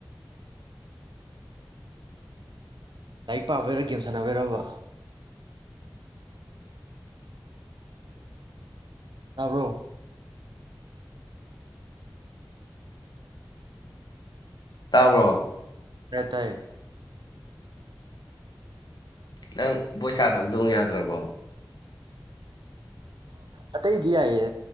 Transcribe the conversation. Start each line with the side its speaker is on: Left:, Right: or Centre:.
Right: ꯂꯥꯏꯔꯤꯛ ꯄꯥꯕꯔꯥ ꯒꯦꯝ ꯁꯥꯟꯅꯕꯤꯔꯕ ꯇꯥꯕ꯭ꯔꯣ
Left: ꯇꯥꯕ꯭ꯔꯣ
Right: ꯇꯥꯏ ꯇꯥꯏꯌꯦ
Left: ꯅꯪ ꯕꯁꯥꯗ꯭ꯔꯥꯗꯣꯡ ꯑꯗ꯭ꯔꯣꯕꯣ <unintelligible>
Right: ꯑꯇꯩꯏꯗꯤ ꯌꯥꯏꯑ